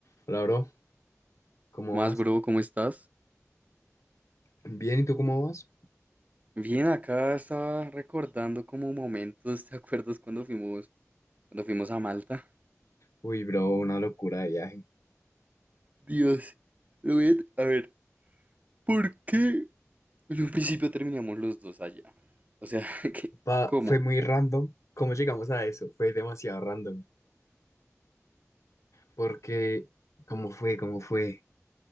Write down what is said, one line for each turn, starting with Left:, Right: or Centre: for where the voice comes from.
Left: Hola, bro, ¿cómo
Right: Más
Left: vas?
Right: bro, ¿cómo estás?
Left: Bien, ¿y tú cómo vas?
Right: Bien, acá estaba recordando como momentos, ¿te acuerdas cuando fuimos, cuando fuimos a Malta?
Left: Uy, bro, una locura de viaje.
Right: Dios, lo Rubén, a a ver, ¿por qué en un principio terminamos los dos allá? O sea, <laughs> ¿qué?
Left: Pa-
Right: ¿Cómo?
Left: fue muy random. ¿Cómo llegamos a eso? Fue demasiado random. Porque, ¿cómo fue? ¿Cómo fue?